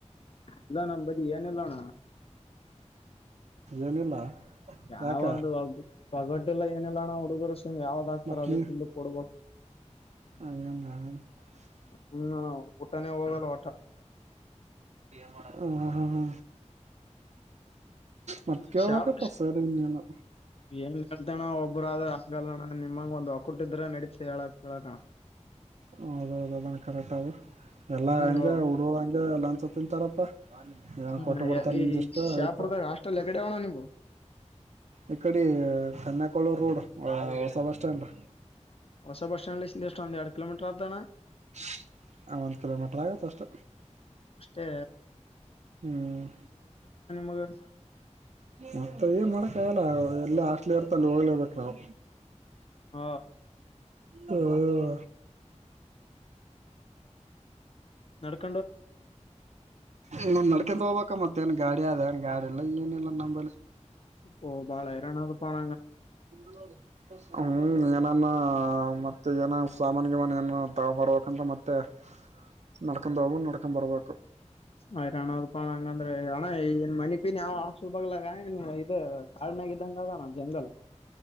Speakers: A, on the left; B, on the right.
A: ಇಲ್ಲ ನಂಬಲಿ ಏನಲ್ಲಣ
B: ಏನಿಲ್ಲ
A: ಯಾವ
B: ಯಾಕ
A: ಒಂದು ಒ ಪಗಟ್ಟೆಲ್ಲ ಏನಿಲ್ಲಲ್ಲಣಾ ಹುಡುಗರು ಸುಮ್ ಯಾವ್ದಾಗ ಆಗ್ತಾರ
B: ಮತ್
A: ಅದದು
B: ನೀ
A: ತಿಂದ ಕೊಡ್ಬೇಕು
B: <unintelligible>
A: ಹ್ಮ ಊಟಾನೇ ಹೋಗಲ್ಲ ಒಟ
B: ಹ ಹಾ ಹಾ ಮತ್ತಕ
A: ಶಾವ
B: ಪಸರನ್ನನು
A: ಏನ್ ಹೇಳ್ತಾನ ಒಬ್ಬರಾದ್ರ ಹಂಗಲ್ಲಣ ನಿಮಂಗ ಒಂದ್ ಹೊಕ್ಕಟ್ಟಿದ್ರೆ ನಡೀತ ಹೇಳಕ್ ಕೇಳಕಣ
B: ಹೌದೌದ ಅದ ಕರೆಕ್ಟ್ ಅದು ಎಲ್ಲ
A: ಹ್ಮ್
B: ಹಂಗೆ ಹಡುದ ಹಂಗೆ ಎಲ್ಲ ತಿಂತಾರಪ್ಪಾ ಏನ್ ಕೊಟ್ಟ
A: ಹ
B: ಬರ್ತಾರ
A: ಈ
B: ನಿಮ್ದಿಷ್ಟು
A: ಶಾಪುರದಾಗ
B: ಆಯ್ತು
A: ಹಾಸ್ಟೆಲ್ ಎಗಡೆ ಅಣ್ಣ ನಿಮ್ದು
B: ಇ ಕಡೆ ಕನ್ಯಾಕುಳೂ ರೋಡ್ ಹೊಸ ಬಸ್ ಸ್ಟಾಂಡ್.
A: ಹೊಸ ಡ್ ಲ ಸಿಷ್ಟ ಎರಡು ಕಲೋಮೀಟರ್ ಅತಾ.
B: ಹ. ಆ ಒಂದ್ ಕಿಲೋಮೀಟರ್ ಆಗುತ್ತ ಅಷ್ಟ
A: ಅಷ್ಟೇ
B: ಹ್ಮ್.
A: ಮಗರ್.
B: ಮತ್ತ ಏನ್ ಮಾಡಕ ಆಲ್ಲ ಎಲ್ಲ ಅ. ಮಲ ಇರ್ತಾನ ಹೋಗ್ಲೇ ಇರ್ಬೇಕು ನಾವು.
A: ಹ
B: ಹ್ಮ.
A: ನಡಕ.
B: ಇಂದ ನಡ್ಕೊಂಡ ಹೋಗ್ಬ ಮತ್ತೆ ನ್ ಗಾಡಿ ಆದನ್ ಗಾಡಿ ಎಲ್ಲ ಏನಿಲ್ಲ ನಮ.
A: ಇ ಬಾಳಯರನ ಪಣ.
B: <inaudible> ಹ್ಮ್ ಏನಾನ ಮತ್ತೆ ಏನ ಸಾಮಾನ್ಗೆ ಮನ್ ಏನ ತಗೊಂಡ್ಂಬರ್ಬೇಕಂತ ಮತ್ತೆ. ಮತ್ತ ನಡ್ಕೊಂಡು ಬರ್ಬೋ ನಡ್ಕೊಂಡು ಬರ್ಬು.
A: ಆಯ್ರಣ ಪಣ ಹಂಗಂದ್ರೆ. ಹ ನ್ ಮನಿಪಿನ್ ಯಾವ ಆಸ್ ಬಗ್ಲಾಗನ್ ಇದು ಕಾ್ಮಾಗ ಇದ್ದಂಗ ಅದಾನ ಜಂಗಲ್.